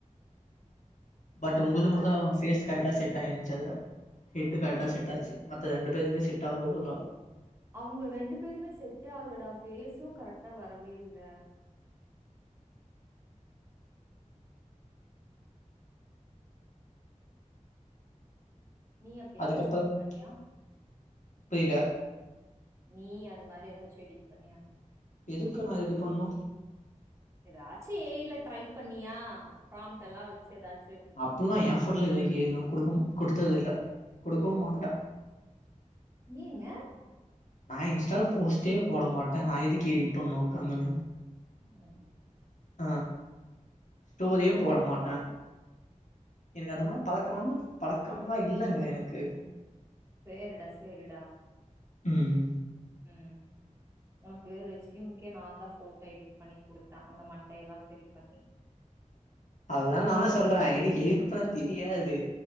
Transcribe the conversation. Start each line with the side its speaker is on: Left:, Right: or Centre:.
Left: பட் ஒங்குள்து
Right: நான்தா
Left: மட்டுதா
Right: வச்சே
Left: ஃபேஸ் கரெக்ட்டா செட் ஆய்ர்ந்ச்சு அதுல ஹெட்டு
Right: ம்
Left: கரெக்ட்டா
Right: நான்
Left: செட்டாச்சு மத்த ரெண்டு பேருதுமே செட் ஆகல ஒழுங்கா
Right: அவுங்க ரெண்டு பேதுமே செட்டே ஆகலடா பேஸு கரெக்டா வரவே இல்ல நீ அப்டி
Left: அதுக்கப்பறம்
Right: எதாச்சு எடிட் பண்ணியா
Left: புரில
Right: நீ அது மாரி எதாச்சு எடிட் பண்ணியா
Left: எதுக்கு நா ரெடிப் பண்ணு
Right: எதாச்சு ஏ ஐ ல ட்ரைப் பண்ணியா ப்ராம்ப்ட்டெல்லா வச்சு எதாச்சு
Left: இப்பல்லா எ போட்லா எது வைக்க ஏ ஐ லா குடுக்கும் குடுத்தது இல்ல குடுக்கவும் மாட்டே
Right: ஏங்க
Left: நா இன்ஸ்டாலப் போஸ்ட்டே போட மாட்டே நா எதுக்கு எடிட் பண்ணு உக்காந்துனு
Right: ம்
Left: ஆ ஸ்டோரியும் போட மாட்டே எனக்கு அந்த மாரி பழக்கோ ஒன்னு பழக்கம்லா இல்லங்க எனக்கு
Right: சேரிடா சேரிடா
Left: ம்
Right: ம் உனக்கு ரெஸ்யூம்க்கே நாந்தா போட்டோ எடிட் பண்ணி குடுத்தே அந்த மண்டை எல்லா செரிப் பண்ணி
Left: அதா நானே சொல்றே எனிக்கு எடிட் பண்ணத் தெரியாது